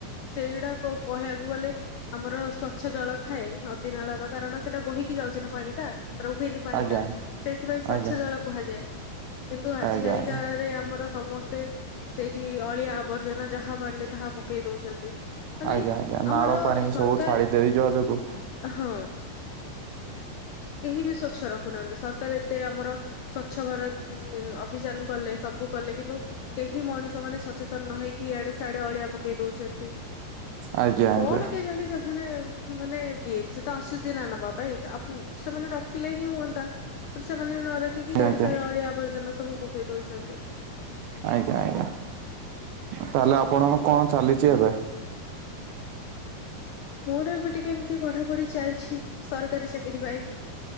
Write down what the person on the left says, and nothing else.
ସେଇଟା କଣକହିବାକୁ ଗଲେ ଆମର ସ୍ଵଚ୍ଛ ଜଳ ଥାଏ। ନଦୀ ନାଳର କାରଣ ସେଟା ବୋହିକି ଯାଉଛି ନା ପାଣି ଟା ରୁଏନି ପାଣି
ଟା ସେଇଥିପାଇଁ ସ୍ୱଛ
ଜଳ କୁହାଯାଏ। କିନ୍ତୁ ଆଜି
କାଲିକରେ
ଆମର ସମସ୍ତେ ସେଇଠି ଅଳିଆ ଆବର୍ଜନା ଯାହା ପାରିଲେ ତାହା ପକେଇ ଦଉଛନ୍ତି। ମାନେ
ଆମର
ସରକାର
ହଁ କେହି ବି ସ୍ଵଚ୍ଛ ରଖୁନାହାନ୍ତି ସରକାର ଏତେ ଆମର ସ୍ଵଚ୍ଛ ଭାରତ ଅଭିଯାନ କଲେ ସବୁ କଲେ କିନ୍ତୁ କେହି ମଣିଷ ମାନେ ସଚେତନ ନ ହେଇକି ଆଡେ ସିଆଡେ ଅଳିଆ ପକେଇ ଦଉଛନ୍ତି
କଣ କେଜାଣି ସେମାନେ ମାନେ ବିଏମସି ତ ଆସୁଛି ନା ନବା ପାଇଁ ଆପ ସେମାନେ ରଖିଲେ ହିଁ ହୁଅନ୍ତା ସେମାନେ ନ ରଖି ପିକି ଇଆଡେ
ସିଆଡେ ଅଳିଆ ଆବର୍ଜନା ସବୁ ପକେଇ ଦଉଛନ୍ତି।
ହୁଁ।
ମୋର ଏବେ ଟିକେ ଏମିତି ପଢା ପଢି ଚାଲିଛି ସରକାରୀ ଚାକିରି ପାଇଁ